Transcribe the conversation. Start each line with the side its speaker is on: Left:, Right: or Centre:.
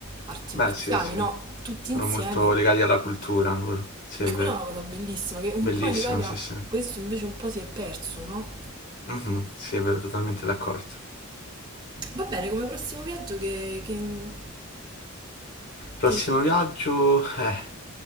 Right: arti
Left: beh,
Right: marziali,
Left: sì, sì.
Right: no? Tutti
Left: Sono
Right: insieme.
Left: molto legati alla cultura loro, sì è
Right: E
Left: vero,
Right: quella è una cosa bellissima che un
Left: bellissimo,
Right: po' in Italia
Left: sì sì,
Right: questo invece un po' si è perso, no?
Left: Mhm, sì è vero, totalmente d'accordo.
Right: Va bene, come prossimo viaggio che... che,
Left: Prossimo
Right: che...
Left: viaggio, eh,